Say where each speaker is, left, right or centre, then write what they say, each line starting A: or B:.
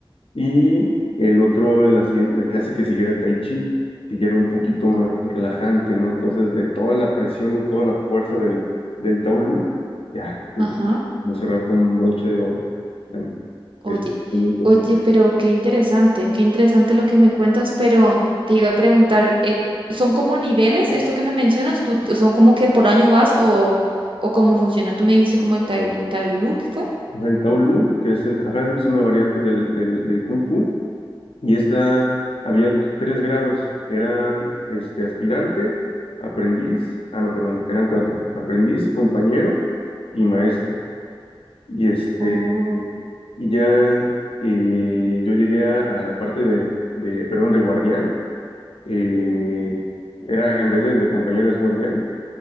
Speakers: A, on the left; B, on the right.
A: y el otro, la, siguien- la clase que siguiera Tai Chi, que ya era un poquito más
B: O-
A: relajante, ¿no? Entonces, de toda la presión y toda la fuerza del, del Taolu ya,
B: Ajá.
A: vamos a cerrar con un broche de oro. Dam-
B: oye,
A: Es también profesional.
B: oye, pero qué interesante, qué interesante lo que me cuentas, pero te iba a preguntar, eh, ¿son como niveles esto que me mencionas? ¿Tú, son como que por año vas o, o cómo funciona? Tú me dijiste como el Tai Look, ¿fue?
A: O sea, El Taolu que es, eh, ajá, es una variante del, del, del Kung Fu, y esta, había tres grados, eran este, aspirante, aprendiz, ah, no, perdón, eran cuatro, aprendiz, compañero y maestro. Y este,
B: Oh,
A: eh, y ya eh, yo llegué a, a la parte de, de, perdón, de guardián. eh, era, en vez de, de compañero es guardián.